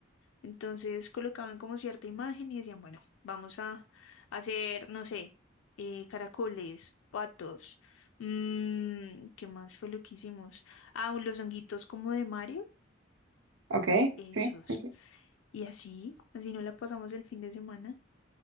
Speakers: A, on the left; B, on the right.
A: Entonces colocaban como cierta imagen y decían, bueno, vamos a hacer, no sé, eh, caracoles, patos, mm, ¿qué más fue lo que hicimos? Ah, los honguitos como de Mario,
B: ¿Ok?
A: esos.
B: Sí, sí, sí.
A: Y así, así no la pasamos el fin de semana.